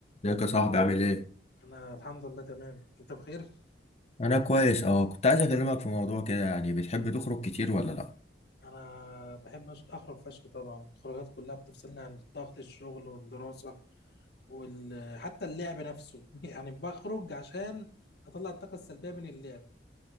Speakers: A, on the left (about 35°); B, on the left (about 60°).
A: ازيك يا صاحبي عامل ايه؟
B: انا الحمد لله تمام انت بخير
A: انا كويس اه كنت عايز اكلمك في موضوع كده يعني بتحب تخرج كتير ولا لا؟
B: انا بحب أش- اخرج فشخ طبعا الخروجات كلها بتفصلني عن ضغط الشغل والدراسه وال... حتى اللعب نفسه <laughs> يعني بخرج عشان اطلع الطاقه السلبيه من اللعب